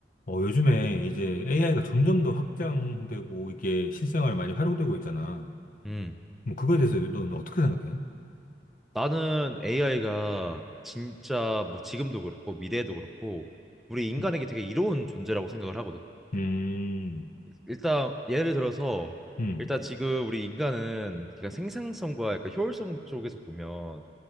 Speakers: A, on the left; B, in the centre.
A: 어, 요즘에 이제 AI가 점점 더 확장되고 이게 실생활에 많이 활용되고 있잖아.
B: 음,
A: 뭐 그거에 대해서 넌 어떻게 생각해?
B: 나는 AI가 진짜 뭐 지금도 그렇고 미래에도 그렇고 우리 인간에게
A: 음,
B: 되게 이로운 존재라고 생각을 하거든.
A: 음,
B: 일단 예를 들어서
A: 음,
B: 일단 지금 우리 인간은 그러니까 생산성과 약간 효율성 쪽에서 보면